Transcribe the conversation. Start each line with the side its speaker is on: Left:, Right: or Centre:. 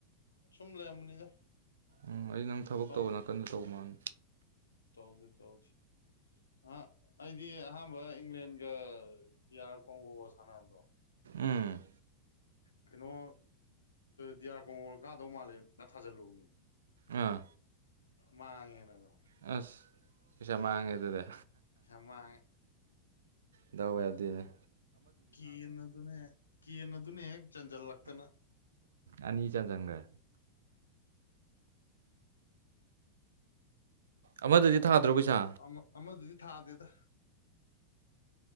Left: ꯁꯨꯝ ꯂꯩꯔꯝꯕꯅꯤꯗ
Right: ꯎꯝ ꯑꯩ ꯅꯪ ꯊꯕꯛ
Left: ꯍꯤꯞꯄꯝ
Right: ꯇꯧꯕ ꯅꯥꯀꯟꯗ ꯇꯧꯕ ꯃꯥꯜ
Left: ꯇꯧꯗꯦ ꯇꯧꯗꯤꯦ ꯑ ꯑꯩꯗꯤ ꯑꯍꯥꯟꯕ ꯏꯪꯂꯦꯟꯒ ꯗꯤꯌꯥꯥꯔ ꯀꯣꯡꯒꯣꯁ ꯁꯅꯕꯗ
Right: ꯎꯝ
Left: ꯀꯩꯅꯣ ꯗꯤꯌꯥꯔ ꯀꯣꯡ ꯀꯥꯗꯧ ꯃꯥꯜꯂꯦ ꯊꯥꯖꯤꯜꯂꯨꯅꯦ
Right: ꯑꯥ
Left: ꯃꯥ ꯌꯦꯦꯅ ꯑꯗꯨꯣ
Right: ꯑꯁ ꯀꯃꯗꯗ
Left: ꯆꯃ
Right: ꯗꯋꯥ ꯌꯥꯗꯅꯦ
Left: ꯀ ꯑꯗꯨꯅꯦ ꯀ ꯑꯗꯨꯅꯦ ꯍꯦꯛ ꯆꯟꯁꯤꯜꯂꯛꯇꯅ
Right: ꯑꯅꯤ ꯆꯥꯟ ꯆꯪꯈ꯭ꯔꯦ ꯑꯃꯗꯨꯗꯤ ꯊꯥꯗ꯭ꯔꯣ
Left: ꯑꯗꯨ
Right: ꯄꯩꯁꯥ
Left: ꯑꯃ ꯑꯃꯗꯨꯗꯤ ꯊꯥꯗꯦꯗ